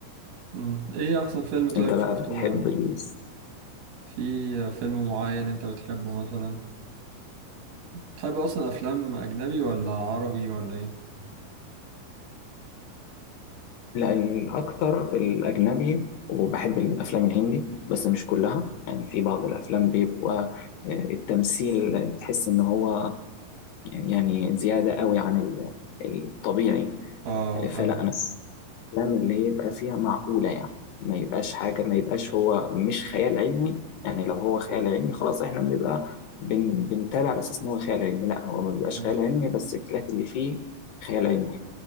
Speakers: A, on the right (about 75°); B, on the left (about 75°).
A: امم ايه احسن فيلم طيب
B: أنت بقى
A: شفته
B: بتحب
A: او
B: ال...
A: في فيلم معين انت بتحبه مثلا؟ بتحب اصلا افلام اجنبي ولا عربي ولا ايه؟
B: لا الأكتر الأجنبي وبحب الأفلام الهندي بس مش كلها يعني في بعض الأفلام بيبقى آه، التمثيل تحس إن هو يعني زيادة قوي عن ال- الطبيعي
A: اه
B: آه،
A: فاهم
B: فلا أنا الأفلام اللي يبقى فيها معقولة يعني ما يبقاش حاجة ما يبقاش هو مش خيال علمي يعني لو هو خيال علمي خلاص إحنا بنبقى بن بنتابع على أساس إن هو خيال علمي لا هو ما بيبقاش
A: اه
B: خيال علمي بس الحاجات اللي فيه خيال علمي